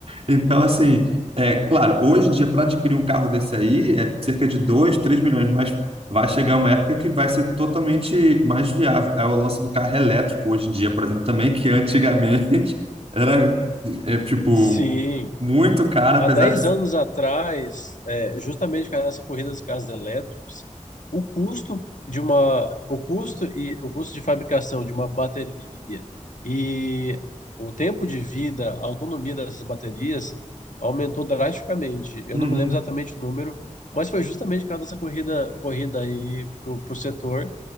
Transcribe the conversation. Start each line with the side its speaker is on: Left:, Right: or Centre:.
Right: Então, assim, é claro, hoje em dia, para adquirir um carro desse aí, é cerca de 2 3 milhões, mas vai chegar uma época que vai ser totalmente mais viável. É o lance do carro elétrico hoje em dia, por exemplo, também, que antigamente <laughs> era, é, tipo,
Left: Sim.
Right: muito caro,
Left: Há
Right: apesar
Left: 10
Right: de.
Left: anos atrás, é, justamente por causa dessa corrida dos carros elétricos, o custo de uma, o custo e o custo de fabricação de uma bateria e o tempo de vida, a autonomia dessas baterias aumentou drasticamente. Eu
Right: Uhum,
Left: não me lembro exatamente o número, mas foi justamente por causa dessa corrida, corrida aí pro, pro setor